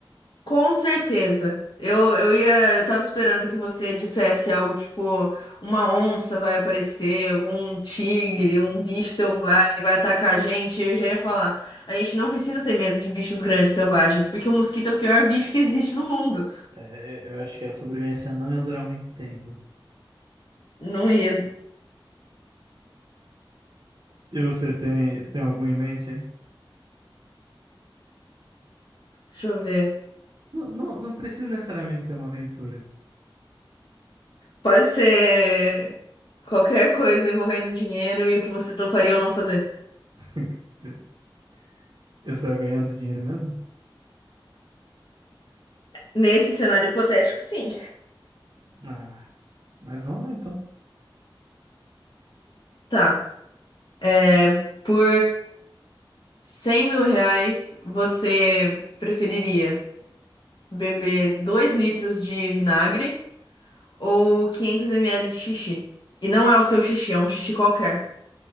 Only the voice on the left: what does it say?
Com certeza. Eu, eu ia, eu tava esperando que você dissesse algo tipo, uma onça vai aparecer, um tigre, um bicho selvagem vai atacar a gente. Eu já ia falar, a gente não precisa ter medo de bichos grandes selvagens, porque o mosquito é o pior bicho que existe no mundo.
Não ia.
Deixa eu ver.
Pode ser qualquer coisa envolvendo dinheiro e o que você toparia ou não fazer.
Nesse cenário hipotético, sim.
Tá. É, por 100 mil reais, você preferiria beber 2 litros de vinagre ou quinhentos ml de xixi? E não é o seu xixi, é um xixi qualquer.